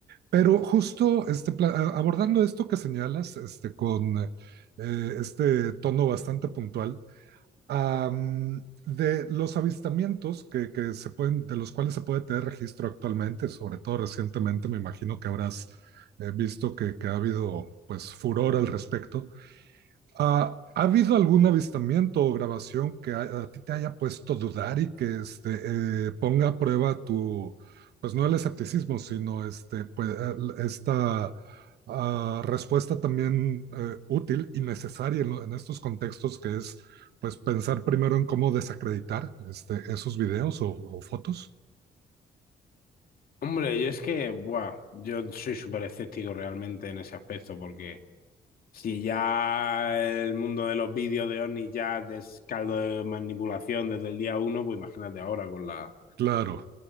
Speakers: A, on the right; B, on the left.
A: Pero justo este, pla- a- abordando esto que señalas, este, con eh, este tono bastante puntual, Am, de los avistamientos que, que se pueden, de los cuales se puede tener registro actualmente, sobre todo recientemente, me imagino que habrás eh, visto que, que ha habido pues furor al respecto. Ah, ¿ha habido algún avistamiento o grabación que a, a ti te haya puesto a dudar y que este, eh, ponga a prueba tu, pues no el escepticismo, sino este, pues, el- esta ah, respuesta también eh, útil y necesaria en, lo- en estos contextos que es pues pensar primero en cómo desacreditar este, esos videos o, o fotos?
B: Hombre, yo es que, buah, yo soy súper escéptico realmente en ese aspecto, porque si ya el mundo de los vídeos de Oni ya es caldo de manipulación desde el día uno, pues imagínate ahora con la
A: Claro,